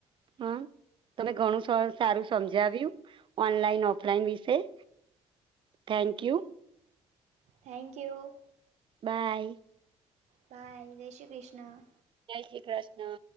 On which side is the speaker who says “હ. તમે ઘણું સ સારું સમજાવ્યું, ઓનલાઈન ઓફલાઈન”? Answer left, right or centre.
Right